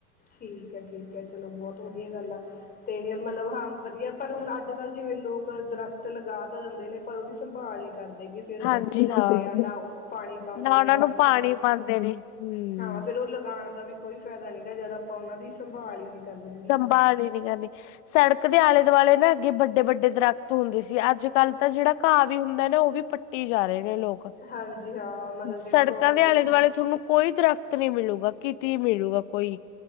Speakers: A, on the left (about 20°); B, on the left (about 65°).
A: ਠੀਕ ਹੈ ਠੀਕ ਹੈ ਚਲੋ ਬਹੁਤ ਵਧੀਆ ਗੱਲ ਆ ਤੇ ਮਤਲਬ ਹਾਂ ਵਧੀਆ- ਪਰ ਹੁਣ ਅੱਜ ਕੱਲ੍ਹ ਜਿਵੇਂ ਲੋਕ ਦਰਖਤ ਲਗਾ ਤਾਂ ਦੇਦੇ ਨੇ ਪਰ ਉਹਦੀ ਸੰਭਾਲ ਨਹੀਂ ਕਰਦੇ ਗੇ। ਫੇਰ ਉਹ
B: ਹਾਂਜੀ
A: ਸੁੱਕ ਜਾਂਦੇ
B: ਹਾਂ
A: ਆ ਨਾ ਉਹ ਪਾਣੀ ਪਾਂਦੇ
B: ਨਾ
A: ਨੇ
B: ਉਹਨਾਂ
A: ਦਰਖਤਾਂ
B: ਨੂੰ ਪਾਣੀ
A: 'ਚ
B: ਪਾਉਂਦੇ ਨੇ ਹਮ
A: ਹਾਂ। ਫਿਰ ਉਹ ਲਗਾਉਣ ਦਾ ਵੀ ਕੋਈ ਫਾਇਦਾ ਨਹੀਂ ਜਦ ਆਪਾਂ ਉਹਨਾਂ ਦੀ ਸੰਭਾਲ ਹੀ ਨਹੀਂ ਕਰਨੀ ਗੀ
B: ਸੰਭਾਲ ਈ ਨੀ ਕਰਨੀ। ਸੜਕ ਦੇ ਆਲੇ-ਦੁਆਲੇ ਨਾ ਅੱਗੇ ਵੱਡੇ-ਵੱਡੇ ਦਰਖ਼ਤ ਹੁੰਦੇ ਸੀ ਅੱਜਕੱਲ ਤਾਂ ਜਿਹੜਾ ਘਾਹ ਵੀ ਹੁੰਦਾ ਨਾ ਉਹ ਵੀ ਪੱਟੀ ਜਾ ਰਹੇ ਨੇ ਲੋਕ।
A: ਹਾਂਜੀ ਹਾਂ ਮਤਲਬ
B: ਸੜਕਾਂ
A: ਉਹ
B: ਦੇ
A: ਲੋ
B: ਆਲੇ-ਦੁਆਲੇ ਥੋਨੂੰ ਕੋਈ ਦਰਖਤ ਨਹੀਂ ਮਿਲੂਗਾ ਕਿਤੇ ਮਿਲੂਗਾ ਕੋਈ।